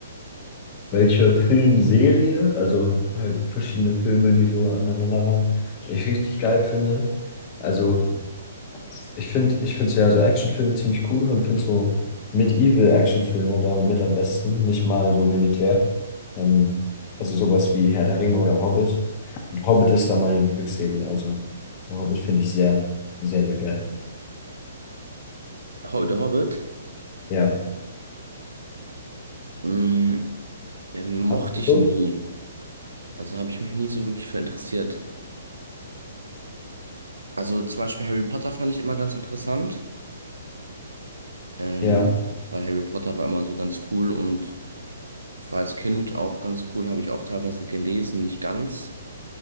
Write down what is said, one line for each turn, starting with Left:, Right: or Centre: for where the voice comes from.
Left: Welche Filmserie, also halt verschiedene Filme, die so aneinander aneinanderreihen, ich richtig geil finde. Also ich finde, ich finde so ja so Actionfilme ziemlich cool und finde so Medieval-Actionfilme da mit am besten, nicht mal so Militär. Ähm, also sowas wie Herr der Ringe oder Hobbit. Und Hobbit ist da meine Lieblingsserie, also der Hobbit finde ich sehr, sehr, sehr geil.
Right: Ho- The Hobbit,
Left: Ja.
Right: mh, ähm, mochte
Left: Hast du geguckt?
Right: ich nie. Also habe ich mich nie so wirklich für interessiert. Also zum Beispiel Harry Potter fand ich immer ganz interessant. Ähm,
Left: Ja,
Right: weil Harry Potter war immer so ganz cool und Ich war als Kind auch ganz cool, habe ich auch teilweise gelesen, nicht ganz.